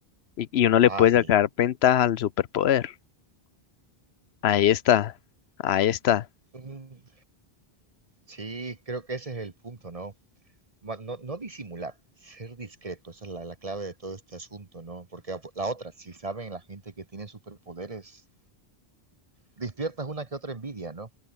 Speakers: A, on the left (about 80°); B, on the right (about 35°).
A: Y, y uno le
B: Ah,
A: puede
B: sí.
A: sacar ventaja al superpoder. Ahí está, ahí está.
B: Mm, sí, creo que ese es el punto, ¿no? Ma- No, no disimular, ser discreto, esa es la, la clave de todo este asunto, ¿no? Porque la otra, si saben la gente que tiene superpoderes, despiertas una que otra envidia, ¿no?